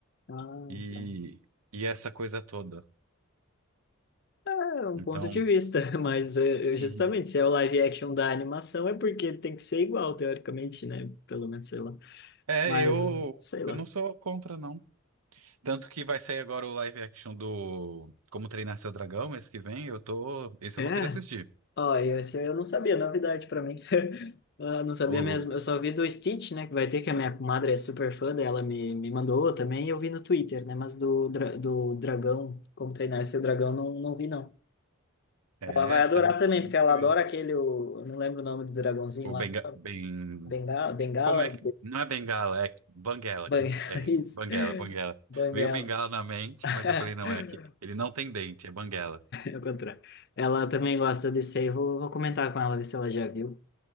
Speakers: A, on the left; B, on the right.
A: Ah,
B: e,
A: tá.
B: e essa coisa toda.
A: É um
B: Então,
A: ponto de vista, <laughs> mas é, eu-
B: Uhum.
A: justamente se é o live action da animação é porque ele tem que ser igual, teoricamente, né? Pelo menos, sei lá.
B: é,
A: Mas,
B: eu,
A: sei lá.
B: eu não sou contra, não. Tanto que vai sair agora o live action do Como Treinar Seu Dragão mês que vem. Eu tô. Esse
A: É,
B: eu vou querer assistir.
A: ó, esse eu não sabia, novidade pra mim. <laughs> Eu não sabia
B: O...
A: mesmo, eu só vi do Stitch, né? Que vai ter, que a minha comadre é super fã dela, me, me mandou também, e eu vi no Twitter, né? Mas do, dra- do Dragão, como treinar seu dragão, não, não vi, não.
B: É,
A: Ela vai adorar
B: sai,
A: também,
B: sai
A: porque
B: mês
A: ela
B: que
A: adora
B: vem.
A: aquele, o- eu não lembro o nome do dragãozinho
B: O
A: lá,
B: Benga... Ben...
A: Bengala, Bengala,
B: Como é que. Não é Bengala, é Banguela.
A: Banguela,
B: Quem... É
A: <laughs> isso.
B: isso, Banguela, Banguela.
A: Banguela.
B: Veio Bengala na mente,
A: <laughs>
B: mas eu falei, não, é aqui. Ele não tem dente, é Banguela.
A: É o contrário. Ela também gosta desse aí. Vou, vou comentar com ela, ver se ela já viu.